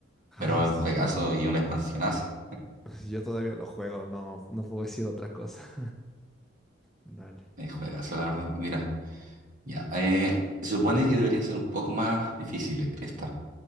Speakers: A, in the centre; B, on the right.
A: Ay,
B: Pero es
A: sí,
B: un juegazo y una expansionaza.
A: <laughs> yo todavía lo juego, no, no puedo decir otra cosa. <laughs> Dale.
B: Es juegazo, la verdad. Mira. Ya, eh, se supone que deberían ser un poco más difíciles esta.